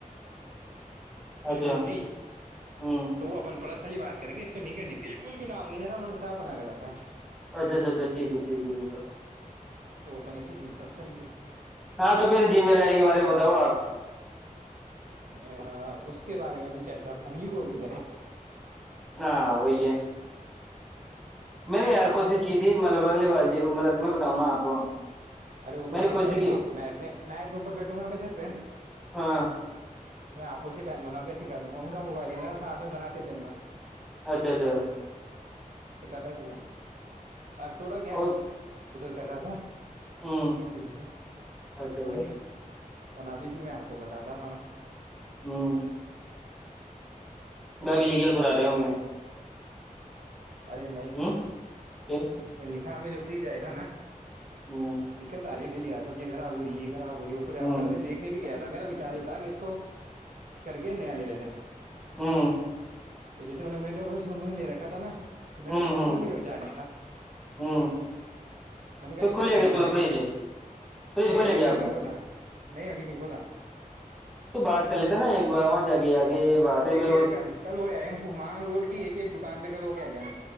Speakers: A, in the centre; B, on the right.
A: اچھا
B: بالکل بھی
A: ہوں
B: تو وہ اپن پرسن سحی بات کریں گے اس میں نہیں کرنی بالکل بھی نام نہیں ہےا انہوں نے صا بنا کر رکھا ہے
A: اچھ اچھ اچھاٹھیک ہے ٹیک ہے تو
B: تو اپن ایسی چیز پرسن
A: ہاں تو پھر جی میل آئی ڈی کے بارے میں بتاؤ آپ
B: گے اس کے بارے میں ابھی چرچا اپنا اگلی کوول وغیرہ
A: ہاں وہی ہے میں نے یار کوشش کی تھی مطلب اگلی بار جی مطلب میں بتاؤں نا آپ کو
B: ارے وہ تو میں
A: نے
B: سکھا
A: کوشش
B: دوں
A: کی
B: گا آپ کو نائٹ میں نائٹ میں اوپر بیٹھوں گا میں چھت پہ
A: ہاں
B: میں آپوں سے ٹائم بنا کر سکھا دوں گا ان کا موبائل ہےساتھ میں بناتے چلنا
A: اچھا اچھا
B: سکھاتا ہیں تھوڈا
A: اور
B: کر رہا تھا
A: ہوں
B: کس وجہ سے
A: اچھا اچھا
B: پڑی ان ابھی بھی میں آپ کو بتاتا تھا نہ
A: ہمم
B: تھوڑا
A: میں ابھی
B: ایسے ہی
A: جگل
B: چل
A: پور
B: رہا
A: آ رہے ہوں
B: ارے نہیں
A: ہوں پھر
B: نہیں <inaudible>
A: ہوں
B: دقت آ رہی ہے لیا سبزیا خراب ہوری ہے خراب ہو رہی اوپر
A: ہوں
B: کل میں دیکھنے بھی گیا تھا میرا وچار یہ تھا کہ اس کو کر کے نیا لے لیتے ہیں
A: ہمم
B: تو جیسے انہیں مہلھر انہوں نے لے رکھا تھا نا تو میر
A: ہوں
B: کھولنے
A: ہوں
B: کا و چار نہیں کا
A: ہوں
B: میں نے کہا
A: پھر
B: اس
A: کھولے
B: کو چینج
A: گیا تو
B: کرا
A: نے فریج
B: کے لے لیں
A: فریج
B: نہیں
A: کھولے
B: ابھی
A: گیا
B: تک
A: آپ
B: نہیں
A: نے
B: کھولا نہیں ابھی نہیں کھولا
A: تو بات کر لیتا نا ایک بار وہاں جاگی یار کے یہ بات ہے میں
B: کیا کل کل ہویا ہے مانگ رول کی ایک ایک دکان پہ کل ہو کے گ